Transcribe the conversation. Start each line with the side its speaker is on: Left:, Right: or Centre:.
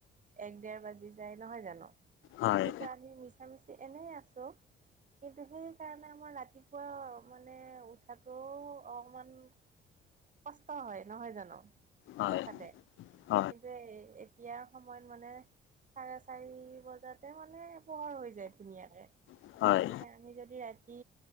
Right: এক দেৰ বাজি যায় নহয় জানোঁ,
Left: হয়
Right: কিন্তু আমি মিছা - মিছি এনেই আছোঁ', কিন্তু সেইকাৰণে আমাৰ ৰাতিপুৱা মানে উঠাটোও অকণমান', কষ্ট হয় নহয় জানোঁ
Left: হয়
Right: সোনকালে,
Left: হয়
Right: কিন্তু', হেতুয়ে, এই এতিয়াৰ সময়ত মানে', চাৰে চাৰি বজাতে মানে পোহৰ হৈ যায় ধুনীয়াকে',
Left: হয়
Right: গতিকে
Left: হয়
Right: আমি যদি ৰাতি